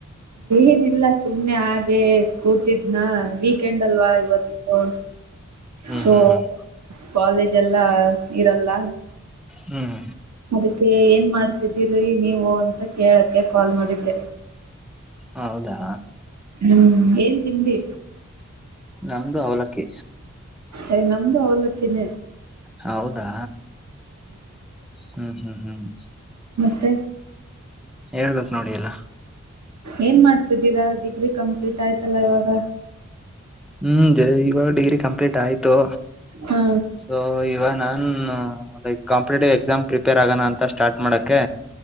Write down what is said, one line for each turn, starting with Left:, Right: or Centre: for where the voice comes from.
Right: ಏನಿಲ್ಲ ಸುಮ್ಮನೆ ಹಾಗೆ ಕೂತಿದ್ನ ವೀಕೆಂಡ್ ಅಲ್ವಾ ಇವತ್ತು
Centre: ಹ್ಮ್
Right: ಸೋ
Centre: ಹ್ಮ್ ಹ್ಮ್
Right: ಕಾಲೇಜ್ ಎಲ್ಲಾ ಇರಲ್ಲ
Centre: ಹ್ಮ್
Right: ಅಕ್ಕೆ ಏನ್ ಮಾಡ್ತಿದ್ದೀರಿ ನೀವು ಅಂತ ಕೇಳ ಕಾಲ್ ಮಾಡಿದ್ದೆ
Centre: ಹೌದಾ
Right: ಹ್ಮ್ ಏನ್ ತಿಂಡಿ
Centre: ನಂಗು ಅವಲಕ್ಕೆ
Right: ಅಯ್ ನಮ್ದು ಅವಲಕ್ಕಿನ
Centre: ಹೌದಾ ಹ್ಮ್ ಹ್ಮ್ ಹ್ಮ್
Right: ತ್ತ
Centre: ಹೇಳ್ಬೇಕು ನೋಡಿ ಎಲ್ಲ
Right: ಏನ್ ಮಾಡ್ತಿದ್ದೀರಾ ಡಿಗ್ರಿ ಕಂಪ್ಲೀಟ್ ಆಯ್ತಲ್ಲ ಇವಾಗ
Centre: ಹ್ಮ್ <unintelligible> ಇವಾಗ ಡಿಗ್ರಿ ಕಂಪ್ಲೀಟ್ ಆಯ್ತು
Right: ಹಾ
Centre: ಸೊ ಇವಗ ನಾನು ಹ ಲೈಕ್ ಕಾಂಪಿಟೇಟಿವ್ ಎಕ್ಸಾಮ್ ಪ್ರಿಪೇರ್ ಆಗೋಣ ಅಂತ ಸ್ಟಾರ್ಟ್ ಮಾಡಕ್ಕೆ